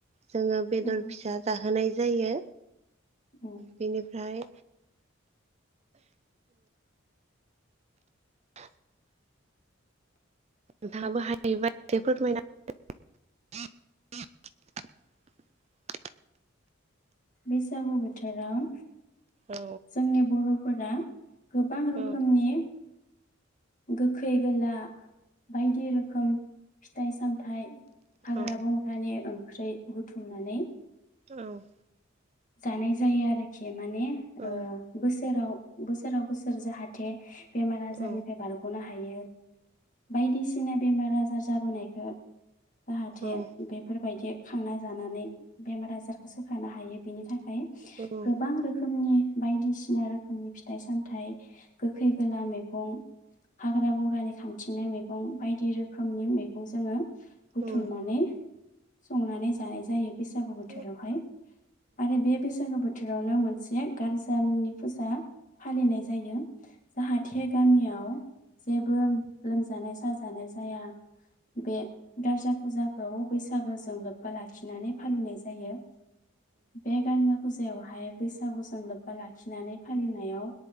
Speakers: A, on the right; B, on the left.
A: जोङो बेदर
B: उम
A: फिसा जाहोनाय जायो।
B: उम
A: बिनिफ्राय <inaudible> <unintelligible> नोंथांआबो हायोबा एसे फोरमायना होदो द <inaudible> <unintelligible>
B: बेसागु बोथोराव
A: औ
B: जोंनि बर'फोरा गोबां
A: औ
B: रोखोमनि गोखै गोला बायदि रोखोम फिथाइ सामथाइ। हाग्रा
A: औ
B: बंग्रानि ओंख्रि बुथुमनानै।
A: औ।
B: जानाय जायो आरोखि माने
A: औ
B: बोसोराव बोसोराव बोसोर जाहाथे। बेमार आजारनिफ्राय
A: औ
B: बारग'नो हायो। बायदिसिना बेमार आजार जाबोनायखौ। जाहाथे
A: औ औ
B: बेफोरबायदि खांना जानानै बेमार आजार। सोखानो हायो बिनि थाखाय।
A: औ।
B: गोबां रोखोमनि बायदिसिना रोखोमनि फिथाइ सामथाइ गोखै गोला मैगं। हाग्रा बंग्रानि खांथिंनाय मैगं मैगं बायदि रोखोमनि मैगं जोङो बुथुमनानै।
A: औ
B: संनानै जानाय जायो बैसागु बोथोर।
A: औ
B: बेयावहाय आरो बे बैसागो बोथोरावनो मोनसे गारजा मुंनि फुजा। फालिनाय जायो। जाहाथे गामियाव जेबो लोमजानाय साजानाय जाया। बे गारजा फुजाखौ बैसागोजों लोब्बा लाखिनानै फालिनाय जायो। बे गारजा फुजायावहाय बैसागुजों लोब्बा लाखिनानै फालिनायाव।